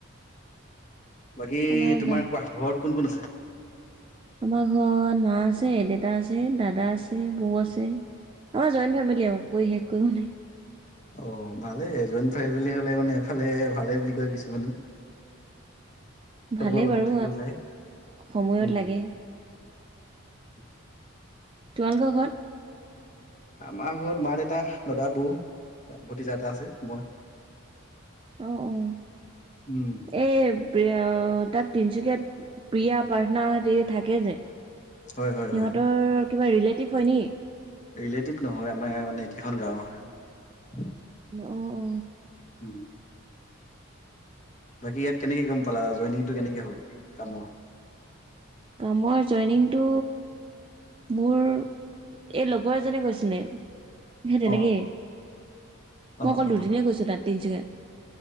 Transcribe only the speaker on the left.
বাকী
তোমাৰ
কোৱা ঘৰত কোন কোন আছে?
অ ভালে জইণ্ট ফেমেলি বুলি হলে মানে এফালে ভালে বুলি কয় কিছুমানে চবৰ
লগত
থাকিব পাৰে
উম।
উ
আমাৰ ঘৰত মা- দেউতা, দাদা- বৌ, ভতিজা এটা আছে মই
উম,
হয় হয়
হয়
ৰিলেটিভ নহয়, আমাৰ মানে একেখন গাঁৱৰ হয়।
উম <inaudible> বাকী ইয়াত কেনেকে গম পালা জইনিংটো কেনেকে হ'ল কামৰ?
অ',
অ',
অ'।